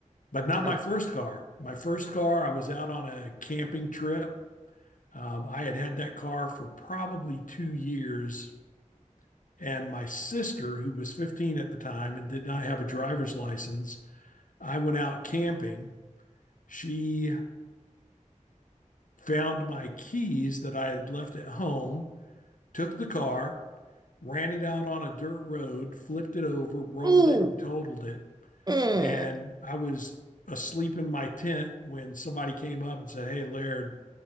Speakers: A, on the left (about 80°); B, on the right (about 30°).
A: but not
B: Um,
A: my first car. My first car, I was out on a camping trip. Um, I had had that car for probably two years And my sister, who was 15 at the time and did not have a driver's license, I went out camping. She found my keys that I had left at home, took the car, ran it out on a dirt road, flipped it over, rolled
B: Ooh.
A: it, and totaled it.
B: Mm.
A: And I was asleep in my tent when somebody came up and said, Hey, Laird,